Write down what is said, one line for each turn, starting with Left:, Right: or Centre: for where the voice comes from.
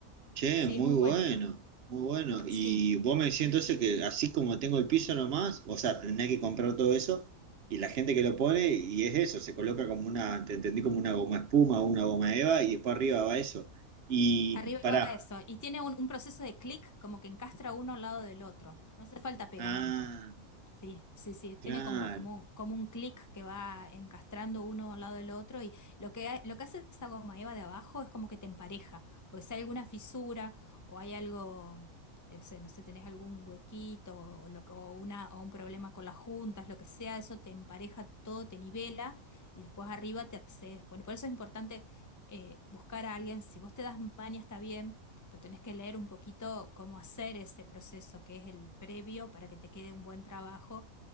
Right: Che,
Left: Sí,
Right: muy
Left: es muy
Right: bueno,
Left: bueno.
Right: muy bueno. Y
Left: Sí.
Right: vos me decís entonces que así como tengo el piso nomás, o sea, tenés que comprar todo eso y la gente que lo pone y es eso, se coloca como una, te entendí como una goma espuma o una goma eva y después arriba va eso. Y
Left: Arriba
Right: pará,
Left: va eso. Y tiene un, un proceso de clic, como que encastra uno al lado del otro. No hace falta pegamento.
Right: ah,
Left: Sí, sí, sí, tiene
Right: claro,
Left: como, como, como un clic que va encastrando uno al lado del otro y lo que, ha- lo que hace esa goma eva de abajo es como que te empareja, porque si hay alguna fisura o hay algo, eh, sé, no sé, tenés algún huequito o, lo, que- o una, o un problema con las juntas, lo que sea, eso te empareja todo, te nivela y después arriba te haces, bueno, por eso es importante eh, buscar a alguien, si vos te das maña está bien, pero tenés que leer un poquito cómo hacer ese proceso, que es el previo para que te quede un buen trabajo,